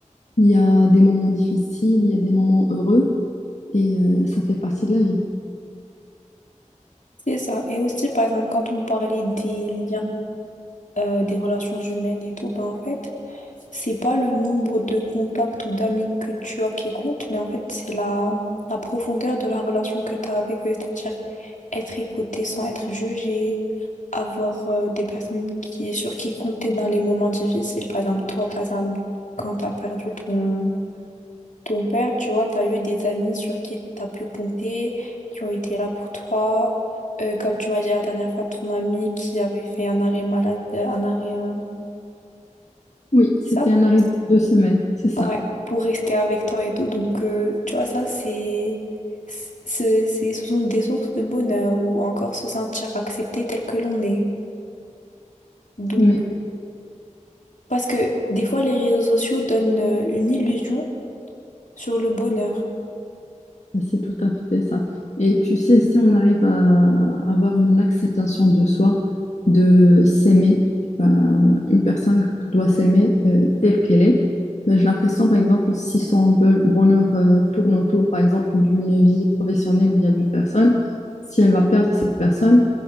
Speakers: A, on the left (about 60°); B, on the left (about 75°).
A: Il y a des moments difficiles, il y a des moments heureux, et euh, ça fait partie de la vie.
B: C'est ça. Et aussi, par exemple, quand on parlait des liens euh, des relations humaines et tout, ben en fait, c'est pas le nombre de contacts ou d'amis que tu as qui compte, mais en fait, c'est la, la profondeur de la relation que tu as avec eux, c'est-à-dire être écouté sans être jugé, avoir euh, des personnes qui, sur qui compter dans les moments difficiles, par exemple, toi, par exemple, quand tu as perdu ton ton père, tu vois, tu as eu des amis sur qui tu as pu compter, qui ont été là pour toi. Euh, comme tu m'as dit la dernière fois, ton ami qui avait fait un arrêt malade, euh, un arrêt, euh,
A: Oui, c'était
B: Ça?
A: un arrêt de deux semaines, c'est ça.
B: ouais, pour rester avec toi et tout. Donc, euh, tu vois, ça, c'est, c'est, c'est, ce sont des sources de bonheur ou encore se sentir accepté tel que l'on est. Donc,
A: Mais
B: parce que des fois, les réseaux sociaux donnent euh, une illusion sur le bonheur.
A: C'est tout à fait ça. Et tu sais, si on arrive à avoir une acceptation de soi, de s'aimer, ben, une personne doit s'aimer euh, telle qu'elle est. Ben, j'ai l'impression, par exemple, si son be- bonheur euh, tourne autour, par exemple, d'une vie professionnelle ou bien d'une personne, si elle va perdre cette personne,